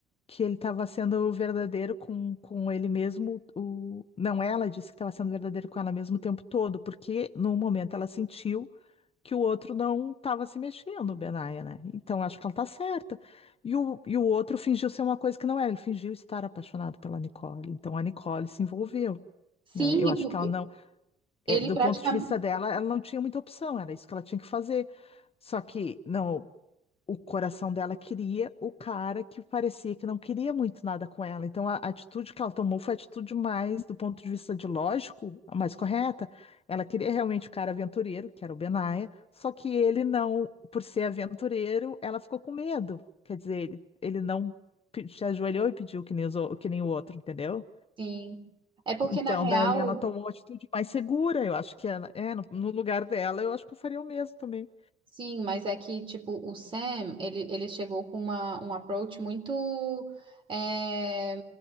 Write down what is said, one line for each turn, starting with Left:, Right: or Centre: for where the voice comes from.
Left: que ele estava sendo verdadeiro com, com ele mesmo. O... Não, ela disse que estava sendo verdadeiro com ela mesmo o tempo todo, porque no momento ela sentiu que o outro não estava se mexendo, Benaya, né? Então acho que ela tá certa. E o, e o outro fingiu ser uma coisa que não era, ele fingiu estar apaixonado pela Nicole. Então a Nicole se envolveu.
Right: Sim,
Left: Né? Eu acho
Right: porque
Left: que ela não, é,
Right: ele
Left: do
Right: praticamente.
Left: ponto de vista dela, ela não tinha muita opção, era isso que ela tinha que fazer. Só que não, o coração dela queria o cara que parecia que não queria muito nada com ela. Então, a a atitude que ela tomou foi a atitude mais, do ponto de vista de lógico, a mais correta. Ela queria realmente o cara aventureiro, que era o Benaya, só que ele não, por ser aventureiro, ela ficou com medo. Quer dizer, ele, ele não pe- se ajoelhou e pediu que nem, os o- que nem o outro, entendeu?
Right: Sim. É porque
Left: Então,
Right: na real,
Left: daí ela tomou uma atitude mais segura. Eu acho que ela, é, no, no lugar dela, eu acho que eu faria o mesmo também.
Right: sim, mas é que, tipo, o Sam, ele, ele chegou com uma, um approach muito é,